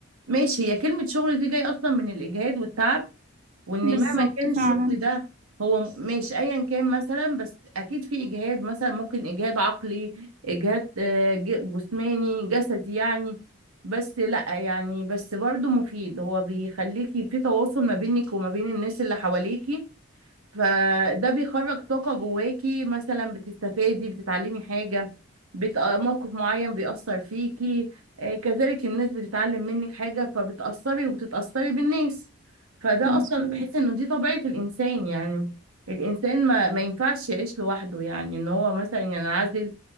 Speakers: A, on the right (about 80°); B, on the right (about 35°).
A: ماشي هي كلمه شغل دي جاي اصلا من الاجهاد والتعب وان
B: بالظبط
A: مهما كان
B: فعلا
A: الشغل ده هو م- ماشي ايا كان مثلا بس اكيد في اجهاد مثلا ممكن اجهاد عقلي اجهاد آه، ج- جسماني جسدي يعني بس لا يعني بس برضو مفيد هو بيخليكي في تواصل ما بينك وما بين الناس اللي حواليكي فده بيخرج طاقة جواكي مثلا بتستفادي بتتعلمي حاجة بت... موقف معين بيأثر فيكي آه، كذلك الناس بتتعلم منك حاجة فبتأثري وبتتأثري بالناس فده
B: مظبوط
A: أصلا بحس إنه دي طبيعة الإنسان يعني الإنسان ما, ما ينفعش يعيش لوحده يعني إن هو مثلا ينعزل